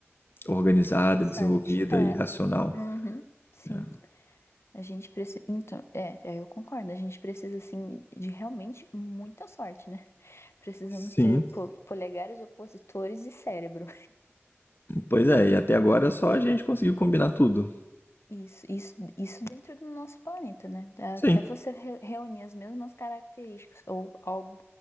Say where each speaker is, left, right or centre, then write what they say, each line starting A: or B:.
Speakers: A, on the left (about 50°); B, on the left (about 70°).
A: organizada,
B: interessante.
A: desenvolvida
B: É,
A: e racional?
B: uhum, sim.
A: É.
B: A gente precisa. Então, é, é, eu concordo. A gente precisa, assim, de realmente muita sorte, né? <laughs> Precisamos
A: Sim.
B: ter po- polegares opositores e cérebro.
A: Pois é, e até agora é só a gente conseguiu combinar tudo.
B: Isso, isso, isso dentro do nosso planeta, né?
A: Sim.
B: Até você re- reunir as mesmas características ou algo